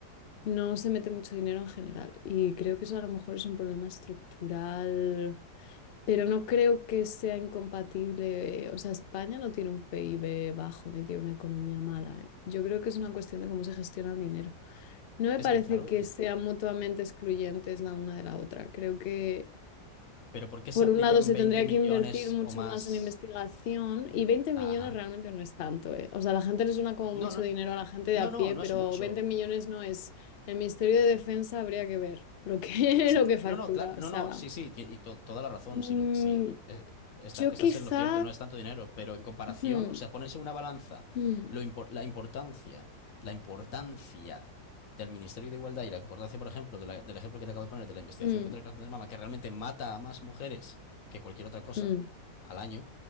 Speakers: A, on the left (about 85°); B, on the left (about 55°).
A: No se mete mucho dinero en general y creo que eso a lo mejor es un problema estructural Pero no creo que sea incompatible. eh, O sea, España no tiene un PIB bajo ni tiene una economía mala, ¿eh? Yo creo que es una cuestión de cómo se gestiona el dinero. No me
B: Es
A: parece
B: que claro,
A: que
B: y-
A: sean mutuamente excluyentes la una de la otra. Creo que,
B: pero ¿por qué
A: por
B: se aplican
A: un lado, se
B: 20
A: tendría
B: millones
A: que invertir mucho
B: o más?
A: más en investigación y veinte millones
B: Ajá.
A: realmente no es tanto, ¿eh? O sea, la gente le suena como mucho
B: No, no,
A: dinero a la gente de a
B: no,
A: pie,
B: no, no
A: pero
B: es mucho.
A: 20 millones no es. El Ministerio de Defensa habría que ver lo que,
B: Sí,
A: <laughs> lo que factura.
B: no, no, claro, no,
A: O sea,
B: no, sí, sí, ti- y to- toda la razón,
A: mm,
B: si, lo- si eh, esta-
A: yo
B: estás
A: quizá.
B: en lo cierto, no es tanto dinero, pero en comparación,
A: Ujú,
B: o sea, pones en una balanza
A: mm,
B: lo impor- la importancia, la importancia del Ministerio de Igualdad y la importancia, por ejemplo, de la- del ejemplo que te acabo de poner de la investigación
A: mm,
B: contra el cáncer de mama, que realmente mata a más mujeres que cualquier otra cosa
A: mm,
B: al año, o